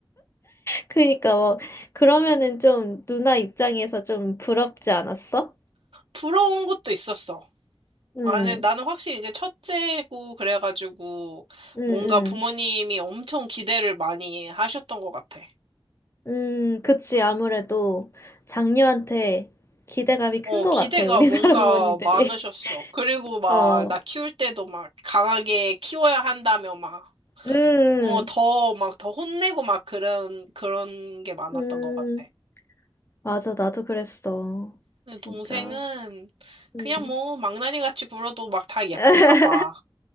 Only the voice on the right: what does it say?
부러운 것도 있었어.
아니, 나는 확실히 이제 첫째고 그래가지고
뭔가 부모님이 엄청 기대를 많이 하셨던 것 같아.
어,
기대가
뭔가
많으셨어. 그리고 막
나 키울 때도 막 강하게 키워야 한다며 막,
어, 더, 막 더 혼내고 막 그런, 그런 게 많았던
것 같아.
근데
동생은
그냥 뭐 망나니 같이 굴어도 막 다 예쁜가
봐.